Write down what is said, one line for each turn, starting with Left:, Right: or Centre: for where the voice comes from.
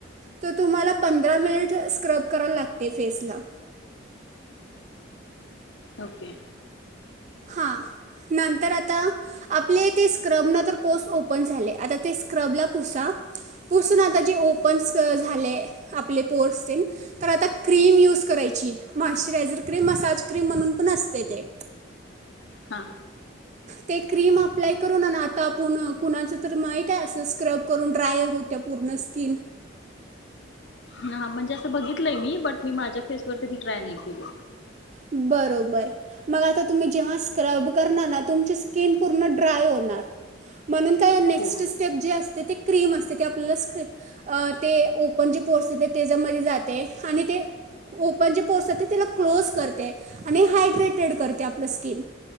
Right: तर तुम्हाला पंधरा मिनिट स्क्रब करायला लागते फेसला
Left: ओके.
Right: हां नंतर आता आपले ते स्क्रबनं तर पोर्स ओपन झाले आता ते स्क्रबला पुसा पुसून आता जे ओपन स् झाले आपले पोर्स तेन तर आता क्रीम यूज करायची मॉइश्चरायझर क्रीम मसाज क्रीम म्हणून पण असते ते
Left: हा.
Right: ते क्रीम अप्लाय करून हाय ना, आता आपूण न कुणाचं तर माहीत हाय, असं स्क्रब करून ड्रायर होतिया पूर्ण स्किन
Left: न हा म्हणजे असं बघितलंय मी, बट मी माझ्या फेसवर कधी ट्राय नाही केल.
Right: बरोबर, मग आता तुम्ही जेव्हा स्क्रब करणार ना, तुमची स्किन पूर्ण ड्राय होणार. म्हणून काय? नेक्स्ट
Left: हो
Right: स्टेप जे असते ती क्रीम असते ते आपल्याला स्क ते ओपन जे पोर्स येते त्याच्यामध्ये जाते आणि ते ओपन जे पोर्स ये त्याला क्लोज कर ते आणि हायड्रेटेड करते आपलं स्किन